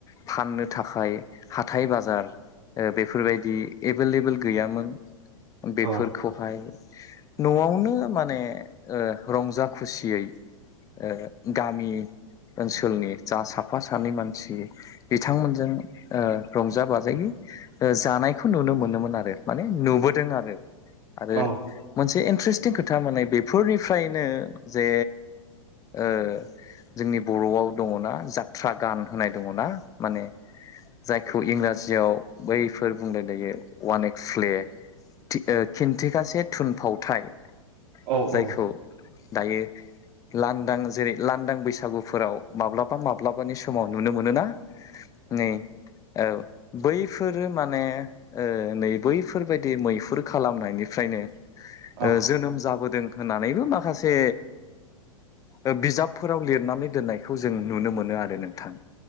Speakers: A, on the left; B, on the right.
A: फाननो थाखाय हाथाइ बाजार ओ बेफोरबायदि एभेलेबोेल गैयामोन बेफोरखौहाय
B: औ
A: न'आवनो माने ओ रंजा खुसियै ओ गामि ओनसोलनि जा सा फा सानै मानसि बिथांमोनजों ओ रंजा बाजायै ओ जानायखौ नु नो मोनोमोन आरो माने नुबोदों आरो आरो
B: औ
A: मोनसे एन थ्रेस्टिं खोथा माने बेफोरनिफ्रायनो जे ओ जोंनि बर'आव दङ'ना जा थ्रा गान होनाय दङ'ना माने जाय खौ इंराजियाव बैफोर बुंलायलायो वान एक्ट फ्ले थि ओ खिन्थिगासे थुनफावथाय
B: औ
A: जायखौ
B: औ
A: दायो लानदां जेरै लानदां बैसागुफोराव माब्लाबा माब ब्लाबानि समाव नुनो मोनोना नै औ बैफोरो माने ओ नै बैफोरबायदि मैहुर खालामनायनिफ्रायनो
B: औ
A: ओ जोनोम जाबोदों होननानैबो माखासे ओ बिजाबफोराव लिरनानै दोननायखौ जों नुनो मोनो नो आरो नोंथां